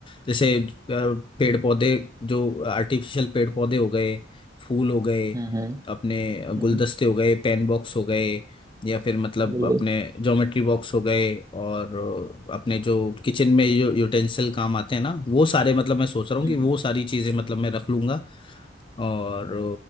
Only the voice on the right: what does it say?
हम्म हम्म,
हम्म,
बिल्कुल
हम्म,
हम्म।